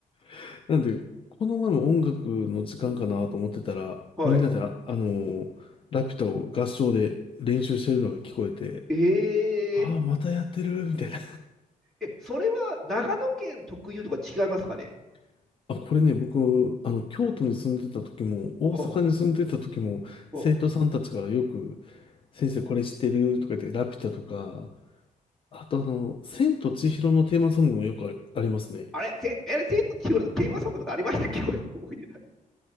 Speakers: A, on the left; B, in the centre.
A: <laughs> なんで、この前も音楽の時間かなと思ってたら、
B: うん。はい。
A: みんなであ、あの、ラピュタを合唱で練習してるのが聞こえて、
B: ええ
A: ああ、またやってる、みたいな。
B: え、それは長野県特有とか違いますかね
A: <laughs> あ、これね、僕、あの、京都に住んでた時も、大阪に住んでた時も、
B: ほう、ほう。
A: 生徒さんたちからよく、先生これ知ってるとか言って、ラピュタとか、あとあの、千と千尋のテーマソングもよくありますね。
B: あれ、せ、え、千と千尋のテーマソングとかありましたっけ <laughs> これ覚えてない。